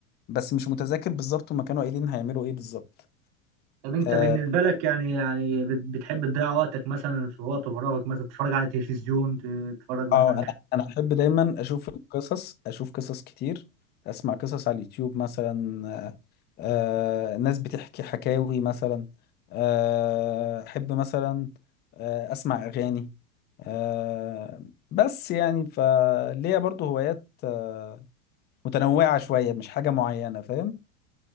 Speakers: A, on the left; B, on the right.
A: بس مش متذكر بالظبط هما كانوا قايلين هيعملوا ايه بالظبط
B: طب انت
A: آه،
B: بالنسبه لك يعني يعني بت- بتحب تضيع وقتك مثلا في وقت فراغك مثلا تتفرج على التلفزيون تتفرج مثلا
A: اه انا انا احب دايما اشوف القصص اشوف قصص كتير اسمع قصص على اليوتيوب مثلا آه آه، ناس بتحكي حكاوي مثلا آه احب مثلا آه اسمع اغاني آه بس يعني فليا برضو هوايات آه متنوعة شوية مش حاجة معينة فاهم